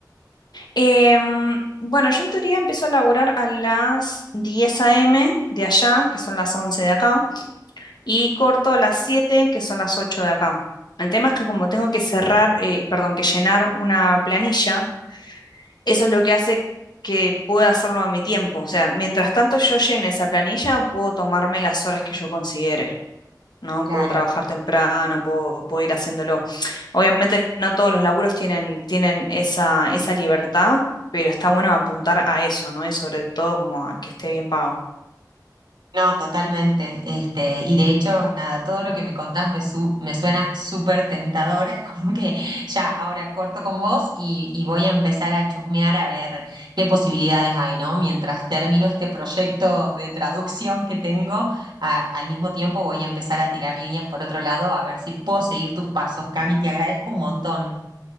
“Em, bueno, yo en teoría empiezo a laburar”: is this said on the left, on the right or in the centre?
Left